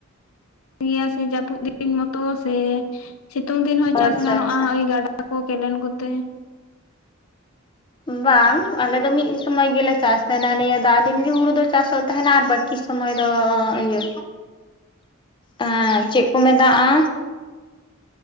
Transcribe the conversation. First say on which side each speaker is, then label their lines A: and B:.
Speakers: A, on the left; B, on the left.
A: <inaudible> ᱜᱮᱭᱟ ᱥᱮ ᱡᱟᱹᱯᱩᱫ ᱫᱤᱱ ᱢᱚᱛᱚ ᱥᱮ ᱥᱤᱛᱩᱝ ᱫᱤᱱ ᱦᱚᱸ
B: ᱚ
A: ᱪᱟᱥ
B: ᱟᱪᱪᱷᱟ
A: ᱜᱟᱱᱚᱜ-ᱟ
B: ᱟᱪᱪᱷᱟ
A: ᱳᱭ ᱜᱟᱰᱟ ᱠᱚ ᱠᱮᱱᱮᱞ ᱠᱚᱛᱮ?
B: ᱵᱟᱝ ᱟᱞᱮ ᱫᱚ ᱢᱤᱫ ᱥᱚᱢᱚᱭ ᱜᱮᱞᱮ ᱪᱟᱥ ᱛᱟᱦᱮᱱᱟ ᱱᱤᱭᱟᱹ ᱫᱟᱜ ᱫᱤᱱ ᱜᱮ ᱦᱩᱲᱩ ᱫᱚ ᱪᱟᱥᱚᱜ ᱛᱟᱦᱮᱱᱟ ᱟᱨ ᱵᱟᱹᱠᱤ ᱥᱚᱢᱚᱭ ᱫᱚ ᱤᱭᱟᱹ ᱮᱸ ᱪᱮᱫ ᱠᱚ ᱢᱮᱛᱟᱜ-ᱟ